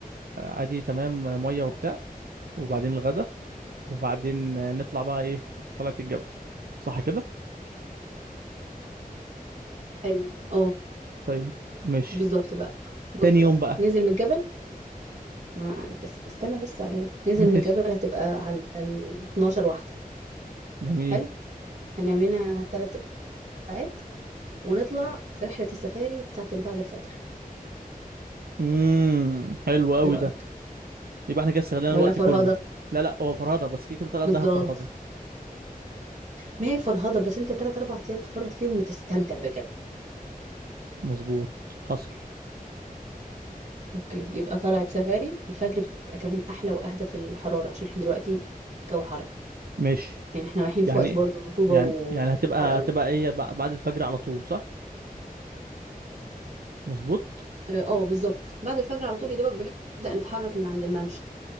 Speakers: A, on the right (about 80°); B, on the right (about 50°).
A: عادي تمام ميه وبتاع وبعدين الغدا وبعدين نطلع بقى ايه طلعت الجبل صح كده
B: حلو اه
A: طيب ماشي
B: بالظبط بقى بص
A: تاني
B: بقى
A: يوم بقى
B: ننزل من الجبل ما انت اس- استنى بس عليا ننزل
A: <laughs> ماشي
B: من الجبل هتبقى على ال 12 واحدة
A: جميل
B: حلو هننام لنا ثلاث ساعات ونطلع في رحلة السفاري بتاعة اللي بعد الفجر
A: امم حلو قوي
B: ايه رأيك
A: ده يبقى احنا كده استغلينا
B: ولا
A: الوقت
B: فرهضة
A: كله لا لا هو فرهده بس كده كده طلعت
B: بالظبط
A: دهب فرهده
B: ما هي فرهضة بس انت ثلاث اربع ايام تفرهد فيهم وتستمتع بجد
A: مظبوط حصل
B: اوكي يبقى طلعت سفاري الفجر بتبقى كمان احلى واهدى في الحرارة عشان احنا دلوقتي الجو حر
A: ماشي
B: يعني احنا رايحين
A: يعني
B: في وقت برضه رطوبة
A: يعني
B: وحر
A: يعني هتبقى
B: قوي
A: هتبقى ايه بع- بعد الفجر على طول صح مظبوط
B: اه آه، بالظبط بعد الفجر على طول يا دوبك بنبدأ نتحرك من عند الممشى